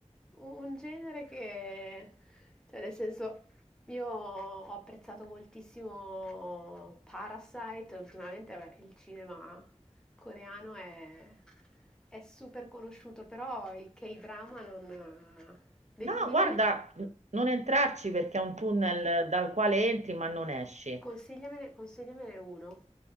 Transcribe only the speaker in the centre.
un un genere che, cioè nel senso, io ho apprezzato moltissimo Parasite, ultimamente vabbè, il cinema coreano è, è super conosciuto, però i K-drama non... di-
Dimmene,
consigliamene, consigliamene uno.